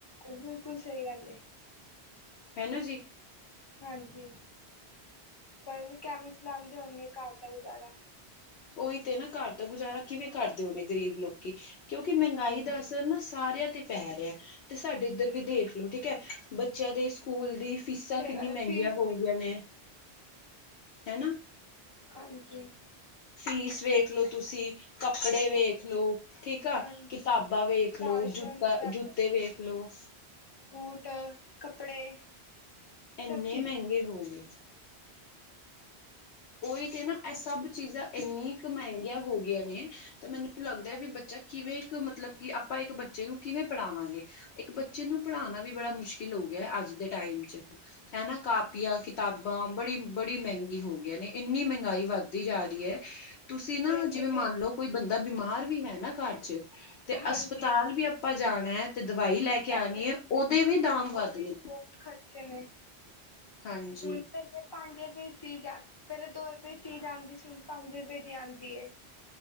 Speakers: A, on the left; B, on the left.
A: ਏ, ਬਿਲਕੁਲ ਸਹੀ ਗੱਲ ਏ।
B: ਹੈ ਨਾ ਜੀ।
A: ਹਾਂਜੀ, ਪਰ ਇਹ ਕਿਵੇਂ, ਚਲਾਦੇ ਹੁਣਗੇ ਘਰ ਦਾ ਗੁਜ਼ਾਰਾ।
B: ਉਹੀ ਤੇ ਨਾ, ਘਰ ਦਾ ਗੁਜ਼ਾਰਾ, ਕਿਵੇਂ ਕਰਦੇ ਹੋਨੇ ਗ਼ਰੀਬ ਲੋਕੀ। ਕਿਉਂਕਿ, ਮਹਿੰਗਾਈ
A: ਹਾਂਜੀ
B: ਦਾ ਅਸਰ ਨਾ, ਸਾਰਿਆਂ ਤੇ ਪੈ ਰਿਹਾ। ਤੇ ਸਾਡੇ ਇੱਧਰ ਵਿ ਦੇਖ ਲੋ ਠੀਕ ਹੈ। ਬੱਚਿਆਂ ਦੇ ਸਕੂਲ ਦੀ ਫੀਸਾਂ,
A: ਸਹੀ
B: ਕਿੰਨੀਆਂ
A: ਗੱਲ
B: ਮਹਿੰਗੀਆਂ
A: ਏ, ਫੀਸ
B: ਹੋ
A: ਵੀ
B: ਗਈਆਂ ਨੇ। ਹੈਨਾ।
A: ਹਾਂਜੀ।
B: ਫੀਸ ਵੇਖਲੋ ਤੁਸੀਂ, ਕੱਪੜੇ ਵੇਖ
A: ਹਾਂ
B: ਲੋ। ਠੀਕ ਆ।
A: ਹਾਂਜੀ
B: ਕਿਤਾਬਾਂ ਵੇਖ ਲੋ,
A: ਰਾਸ਼ਨ
B: ਜੁੱਤਾ
A: ਵਗੈਰਾ
B: ਜੁੱਤੇ ਵੇਖ ਲੋ।
A: ਬੂਟ ਕੱਪੜੇ
B: ਇੰਨੇ
A: ਸਭ ਚੀਜ਼
B: ਮਹਿੰਗੇ ਹੋ ਗਏ। ਉਹੀ ਤੇ ਨਾ। ਇਹ ਸਭ ਚੀਜ਼ਾਂ ਇੰਨੀ ਕੁ, ਮਹਿੰਗੀਆਂ ਹੋ ਗਈ ਨੇ। ਤਾਂ ਮੈਨੂੰ ਨੂੰ ਲੱਗਦਾ ਹੈ,
A: ਹਾਂਜੀ
B: ਵੀ ਬੱਚਾ ਕਿਵੇਂ ਇੱਕ ਮਤਲਬ ਕਿ, ਆਪਾਂ ਇੱਕ ਬੱਚੇ ਨੂੰ ਕਿਵੇਂ ਪੜਾਵਾਂਗੇ। ਇੱਕ ਬੱਚੇ ਨੂੰ, ਪੜਾਉਣਾ ਵੀ ਬੜਾ, ਮੁਸ਼ਕਿਲ ਹੋ ਗਿਆ ਹੈ। ਅੱਜ ਦੇ ਟਾਈਮ ਚ। ਹਨਾ ਕਾਪੀਆਂ ਕਿਤਾਬਾਂ ਬੜੀ। ਬੜੀ ਮਹਿੰਗੀ ਹੋਗੀਆਂ ਨੇ। ਇੰਨੀ ਮਹਿੰਗਾਈ, ਵੱਧਦੀ ਜਾ ਰਹੀ ਹੈ। ਤੁਸੀਂ ਨਾ
A: ਪਹਿਲੇ
B: ਜਿਵੇਂ
A: ਤੇ
B: ਮੰਨ ਲਓ। ਕੋਈ ਬੰਦਾ ਬਿਮਾਰ ਵੀ ਹੈ ਨਾ। ਘਰ ਚ ਤੇ
A: ਹਾਂਜੀ
B: ਹਸਪਤਾਲ ਵੀ, ਆਪਾਂ ਜਾਣਾ ਹੈ ਤੇ, ਦਵਾਈ ਲੈ ਕੇ ਕੇ
A: ਤਾਂ
B: ਆਣੀ
A: ਵੀ
B: ਏ। ਉਹਦੇ ਵੀ ਦਾਮ ਵੱਧ
A: ਉਹ ਵੀ
B: ਗਏ।
A: ਬਹੁਤ ਖਰਚੇ ਨੇ।
B: ਹਾਂਜੀ।
A: ਹੁਣ ਪਹਿਲੇ ਪੰਜ ਰੁਪਏ ਦੀ ਚੀਜ਼ ਆ। ਪਹਿਲਾਂ ਦੋ ਰੁਪਏ ਦੀ, ਚੀਜ਼ ਆਉਂਦੀ ਸੀ। ਹੁਣ ਪੰਜ ਰੁਪਏ ਦੀ, ਆਉਂਦੇ ਏ।